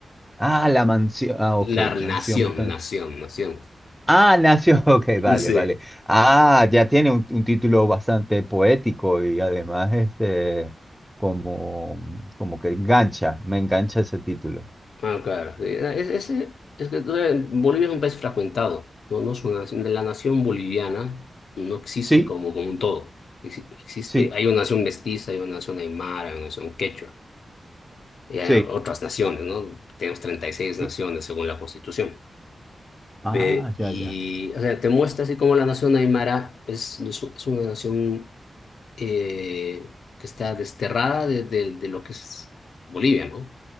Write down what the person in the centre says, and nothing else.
Ah, la mansión. Ah, ok,
mansión.
Ah, nació, <laughs> ok,
vale,
vale. Ah, ya tiene un, un título bastante poético y además este, como, como que engancha, me engancha ese título.
Sí,
sí,
sí.
cl-
Ah,
ya, ya.